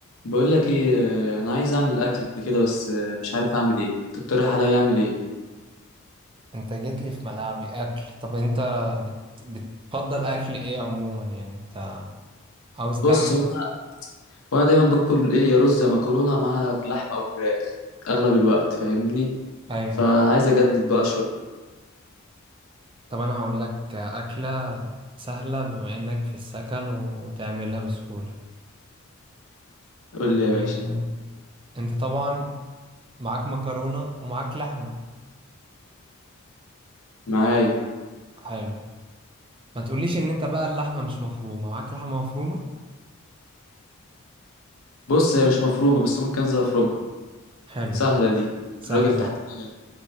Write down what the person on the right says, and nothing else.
انت جيت لي في ملعبي اكل طب انت بت... بتفضل اكل ايه عموما يعني انت عاوز تعمل
ايوه
طب انا هقول لك اكله سهله بما انك في السكن وتعملها بسهوله
<laughs>
مم.
انت طبعا معاك مكرونه ومعاك لحمه
حلو ما تقوليش ان انت بقى اللحمه مش مفرومه معاك لحمه مفرومه
حلو
سهل